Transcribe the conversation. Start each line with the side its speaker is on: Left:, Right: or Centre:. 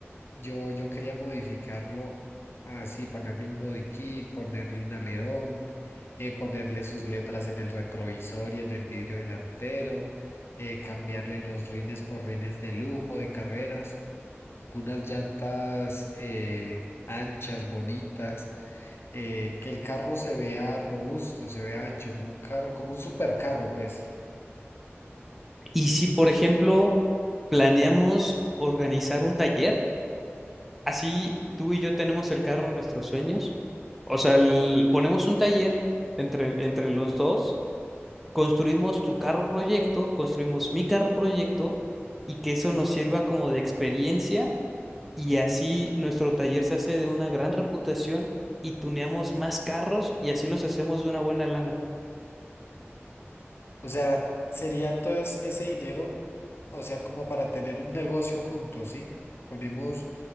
Left: Yo, yo quería modificarlo así, ponerle un body kit, ponerle un alerón, eh, ponerle sus letras en el retrovisor y en el vidrio delantero, eh, cambiarle los rines por rines de lujo, de carreras, unas llantas eh, anchas, bonitas, eh, que el carro se vea robusto, se vea ancho, como un carro, como un supercarro, pues.
Centre: Y si por ejemplo planeamos organizar un taller, así tú y yo tenemos el carro en nuestros sueños, o sea, el- ponemos un taller entre, entre los dos construimos tu carro proyecto, construimos mi carro proyecto y que eso nos sirva como de experiencia y así nuestro taller se hace de una gran reputación y tuneamos más carros y así nos hacemos de una buena lana.
Left: O sea, sería entonces ese dinero, o sea, como para tener un negocio juntos, ¿sí? Ponemos